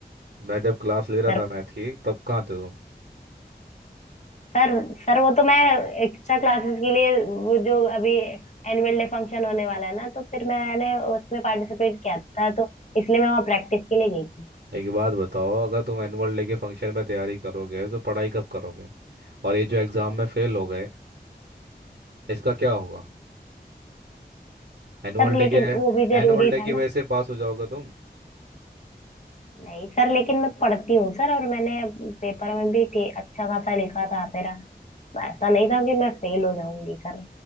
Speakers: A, on the right; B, on the left.
A: मैं जब क्लास ले रहा
B: सर
A: था मैथ की तब कहाँ थे तुम
B: सर सर वो तो मैं एक्स्ट्रा क्लासेस के लिए वो जो अभी एनुअल डे फंक्शन होने वाला है ना तो फिर मैंने उसमें पार्टिसिपेट किया था तो इसलिए मैं वहाँ प्रैक्टिस के लिए गई थी
A: एक बात बताओ अगर तुम एनुअल डे के फंक्शन में तैयारी करोगे तो पढ़ाई कब करोगे और ये जो एग्जाम में फेल हो गए इसका क्या होगा एनुअल
B: सर
A: डे
B: लेकिन
A: के
B: वो भी जरूरी
A: एनुअल डे की
B: था ना
A: वजह से पास हो जाओगे तुम
B: नहीं सर लेकिन मैं पढ़ती हूँ सर और मैंने पेपर में भी ठी- अच्छा खासा लिखा था मेरा ऐसा नहीं था कि मैं फेल हो जाऊंगी सर